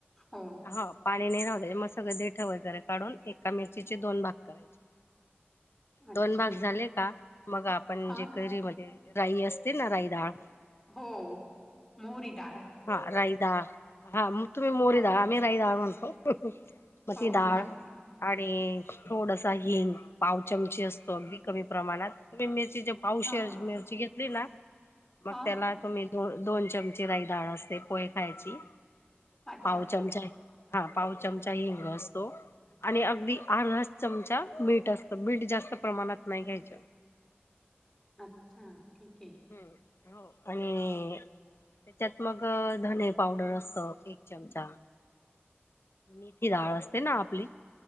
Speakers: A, on the left (about 15°); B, on the left (about 75°).
A: हो.
B: हा पाणी नाही राहू द्यायच, मग सगळं देठ वैगेरे काढून एका मिरचीचे दोन भाग करायचे.
A: अच्छा
B: दोन भाग झाले का, मग आपण
A: हा
B: जे करीमध्ये राई असत तिना राईडाळ.
A: हो मोहरीडाळ.
B: हा राई डाळ, हा मग तुम्ही मोहरी
A: हो,
B: डाळ आम्ही राई डाळ म्हणतो. मग
A: हो,
B: ती
A: हो,
B: डाळ
A: आहे.
B: आणि थोडसा हिंग पाव चमची असतो अगदी कमी प्रमाणात. तेही मिर्चीच्या पावशेर
A: हो, हो,
B: मिरची घेतली ना मग
A: हा
B: त्याला तुम्ही दोन-दोन चमचे राई डाळ असते, पोहे खायची
A: अच्छा,
B: पाव
A: अच्छा,
B: चमचा हा पाव चमचा हिंग असतो. आणि अगदी अर्धाच चमचा मीठ असत, मीठ जास्त प्रमाणात नाही घ्यायच.
A: अच्छा ठीक आहे.
B: हं, हो आणि त्याच्यात मग धने पावडर असत. एक चमचा मेथी डाळ असते ना आपली